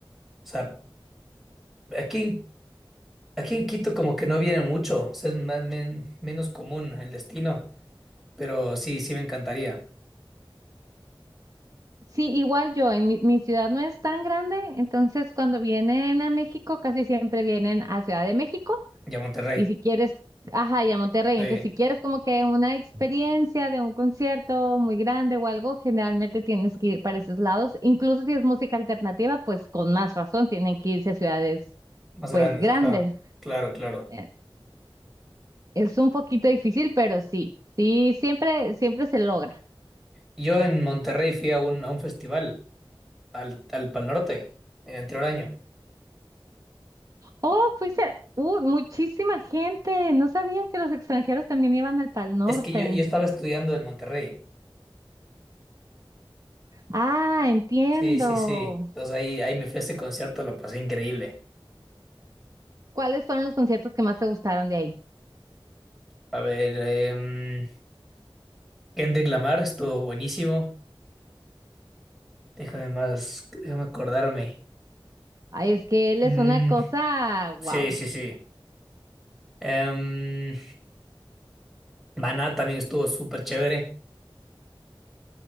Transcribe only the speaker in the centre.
sea, Aquí, en- aquí en Quito como que no viene mucho, o sea, es más, men- menos común el destino, pero sí, sí me encantaría.
Y a Monterrey,
sí,
más
grandes,
ajá, claro, claro.
Yo en Monterrey fui a un, a un festival, al, al Pal Norte, en el anterior año.
Es que yo, yo estaba estudiando en Monterrey,
sí, sí, sí. Entonces ahí, ahí me fui a ese concierto, lo pasé increíble.
A ver, em, Kendrick Lamar estuvo buenísimo. Déjame más, déjame acordarme.
Mm,
Sí,
sí, sí. Em, Maná también estuvo súper chévere,